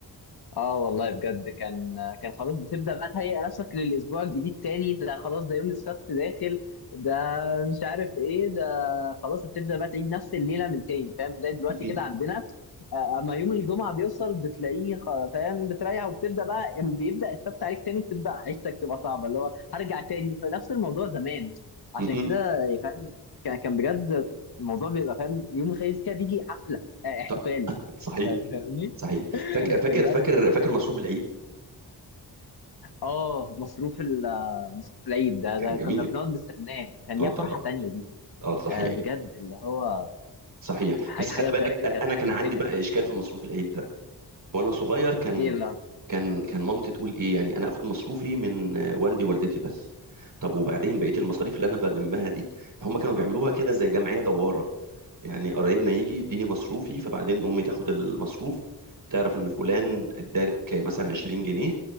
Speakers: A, on the left (about 65°); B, on the right (about 55°).
A: اه والله بجد كان كان خلاص بتبدأ بقى تهيئ نفسك للأسبوع الجديد تاني ده خلاص ده يوم السبت داخل ده مش عارف ايه ده خلاص هتبدأ بقى تعيد نفس الليلة من تاني فاهم زي دلوقتي
B: م-م.
A: كده عندنا آه، اما يوم الجمعة بيوصل بتلاقيه خ- فاهم بتريح وبتبدأ بقى أما بيبدأ السبت عليك تاني بتبدأ عيشتك تبقى صعبة اللي هو هرجع تاني فنفس الموضوع زمان عشان
B: م-م.
A: كده يعني فاهم كان كان بجد الموضوع بيبقى فاهم يوم الخميس كده بيجي حفلة آه، احتفال
B: ط- صحيح
A: فاهمني
B: صحيح فاكر
A: بجد
B: فاكر فاكر فاكر مصروف العيد
A: اه مصروف ال- مصروف العيد ده
B: كان
A: ده
B: جميل
A: كنا بنقعد نستناه كان
B: اه
A: ليها
B: طبعا
A: فرحة تانية دي
B: اه صحيح
A: آه بجد اللي هو
B: صحيح
A: حاجة
B: بس
A: حاجة
B: خلي بالك
A: بجد
B: انا
A: كانت
B: أنا كان
A: مبهجة
B: عندي بقى اشكال في مصروف العيد ده وانا صغير كان
A: ايه بقى
B: كان كان مامتي تقول ايه يعني انا اخد مصروفي من آه، والدي ووالدتي بس طب وبعدين بقيه المصاريف اللي انا بلمها دي فهم كانوا بيعملوها كده زي جمعيه دواره يعني قرايبنا يجي يديني مصروفي فبعدين امي تاخد المصروف تعرف ان فلان ادالك مثلا 20 جنيه